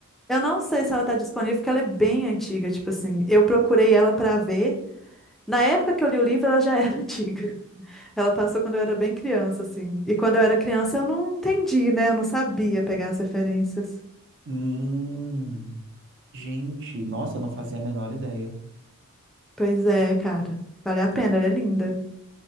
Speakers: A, in the centre; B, on the right.
A: Eu não sei se ela tá disponível, porque ela é bem antiga, tipo assim, eu procurei ela pra ver. Na época que eu li o livro, ela já era <laughs> antiga. Ela passou quando eu era bem criança, assim. E quando eu era criança, eu não entendi, né? Eu não sabia pegar as referências.
B: Hum, gente, nossa, eu não fazia a menor ideia.
A: Pois é, cara. Vale a pena, ela é linda.